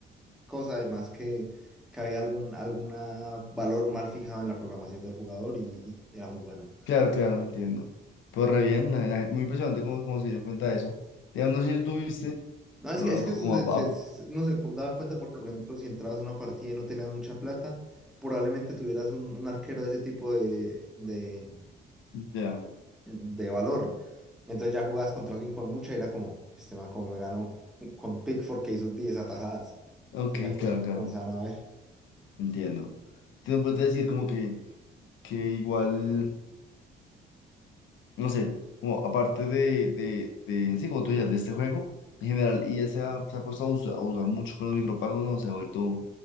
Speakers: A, in the centre; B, on the left (about 75°).
A: cosa, además que, que había algún alguna valor mal fijado en la programación del jugador y, y era muy bueno.
B: Claro, claro, entiendo. Pero re bien, la- la- muy impresionante cómo, cómo se dio cuenta de eso. Ya no sé si tú viste
A: No, es
B: Bueno,
A: que, es
B: no,
A: que
B: como
A: se- se-
B: a- a-
A: se- uno se daba cuenta porque, por ejemplo, si entrabas a una partida y no tenías mucha plata, probablemente tuvieras un, un arquero de ese tipo de, de,
B: ya.
A: de valor. Entonces ya jugabas contra alguien con mucha y era como, este man como me ganó con Pickford que hizo 10 atajadas.
B: Ok,
A: Entonces ya co-
B: claro, claro,
A: comenzaban a ver.
B: entiendo. Te puedo decir como que, que igual, no sé, como aparte de, de, de, sí, como tú dices, de este juego, en general, y ya se ha, se ha puesto a usar, a usar mucho con los micropagos, ¿no? Se ha vuelto